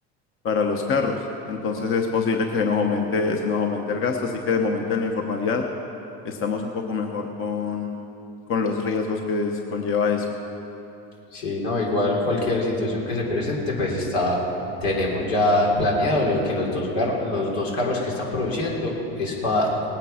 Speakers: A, on the left; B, on the left.
A: para los carros. Entonces es posible que nos aumente, se nos aumente el gasto, así que de momento en la informalidad estamos un poco mejor con, con los riesgos que es- conlleva eso.
B: Sí, no, igual cualquier situación que se presente, pues está, tenemos ya planeado lo que los dos, gar- los dos carros que están produciendo es para